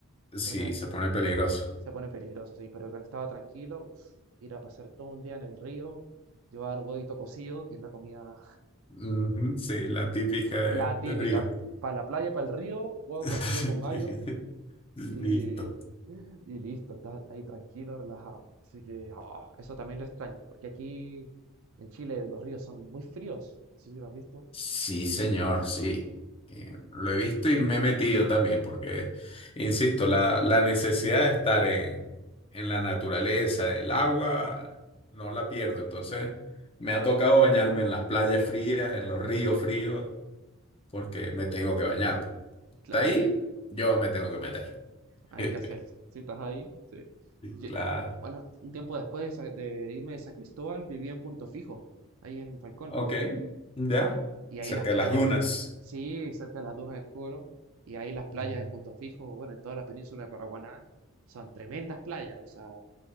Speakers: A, on the right; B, on the left.
A: Pero
B: Sí,
A: cuando, est-
B: se pone peligroso.
A: Se pone peligroso, sí, pero cuando estaba tranquilo, uf, ir a pasar todo un día en el río, llevar huevito cocido, que es la comida,
B: Ujú, sí, la típica de,
A: la
B: de
A: típica,
B: Río.
A: para la playa, para el río, huevo
B: <laughs>
A: cocido con mayo
B: Listo.
A: y, y listo, estás ahí tranquilo, relajado. Así que ah, eso también lo extraño, porque aquí en Chile los ríos son muy fríos, no sé si lo has visto.
B: Sí, señor, sí. Eh, lo he visto y me he metido también, porque, insisto, la, la necesidad de estar en, en la naturaleza, el agua, no la pierdo. Entonces, me ha tocado bañarme en las playas frías, en los ríos fríos, porque me tengo que bañar. Está
A: Claro,
B: ahí, yo me tengo que meter.
A: hay
B: <laughs>
A: que hacerlo. Si estás ahí, sí. Yo-
B: Claro.
A: bueno, un tiempo después de, San- de irme de San Cristóbal, viví en Punto Fijo, ahí en Falcón.
B: Ok, ya,
A: y ahí
B: cerca
A: las playas,
B: de las dunas.
A: sí, cerca de las dunas de Coro, y ahí las playas
B: Mm.
A: en Punto Fijo, bueno, en toda la península de Paraguaná, son tremendas playas, o sea,